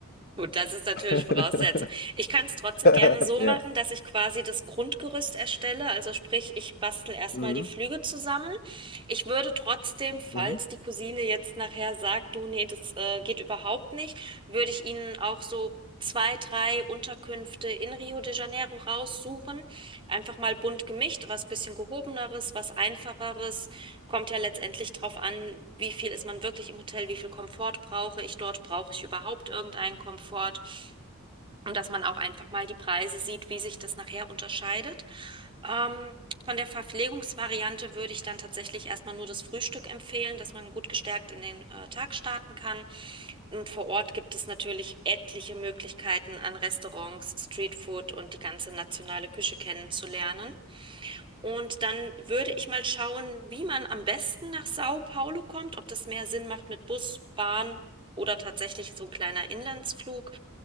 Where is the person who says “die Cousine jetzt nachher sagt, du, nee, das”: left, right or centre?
Right